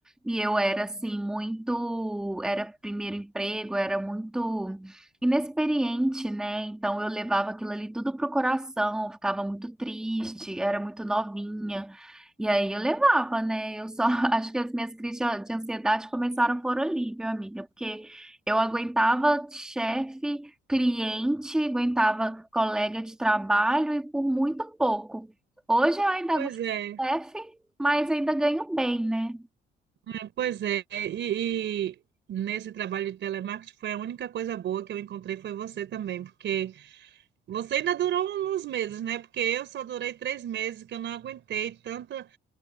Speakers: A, in the centre; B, on the right.
A: e eu era assim, muito, era primeiro emprego, era muito inexperiente, né? Então eu levava aquilo ali tudo pro coração, ficava muito triste, era muito novinha. E aí eu levava, né? Eu só <laughs> acho que as minhas crises de de ansiedade começaram por ali, viu, amiga? Porque eu aguentava chefe, cliente, aguentava colega de trabalho e por muito pouco. Hoje eu ainda
B: Pois
A: aguento
B: é.
A: chefe, mas ainda ganho bem, né?
B: É, Pois é, e, e nesse trabalho de telemarketing foi a única coisa boa que eu encontrei foi você também, porque você ainda durou uns meses, né? Porque eu só durei três meses que eu não aguentei tanta,